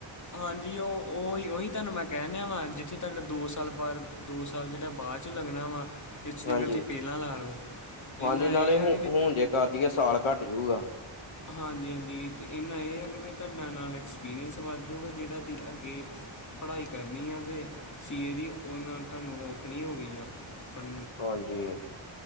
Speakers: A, on the left; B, on the left.
A: ਹਾਂਜੀ ਉ ਉਹੀ ਉਹੀ ਤੁਾਨੂੰ ਮੈਂ ਕਹਿਣ ਦਿਆ ਵਾ ਜਿੱਥੇ ਤੁਹਾਡਾ ਦੋ ਸਾਲ ਬਾਰ। ਦੋ ਸਾਲ ਜੇੜਾ ਬਾਅ ਚੋ ਲੱਗਣਾ ਵਾ ਇਸ ਜਗਰ
B: ਹਾਂਜੀ
A: ਪਹਿਲਾਂ ਲਾ ਲੋ
B: ਹਾਂਜੀ
A: ਇੰਨਾ
B: ਨਾਲੇ
A: ਇਹ
B: ਹੁ
A: ਆ ਵੀ
B: ਹੁਣ ਜੇ ਕਰਦੀਏ ਸਾਲ ਘੱਟ ਜੁਗਾ
A: ਹਾਂਜੀ ਹਾਂਜੀ ਤੇ ਏਨਾਂ ਏ ਆ ਕਿ ਵੀ ਤੁਹਾਡਾ ਨਾਲ ਐਕਸਪੀਰੀਅੰਸ ਵੱਧ ਜੂਗਾ ਜੇੜਾ ਅੱਗੇ ਪੜ੍ਹਾਈ ਕਰਨੀ ਆ ਤੇ ਸੀਏ ਦੀ ਓਹਦੇ ਨਾਲ ਤੁਹਾਨੂੰ ਔਖ ਨਹੀਂ ਹੋ ਗਈ ਆ ਪੜ੍ਹ
B: ਹਾਂਜੀ।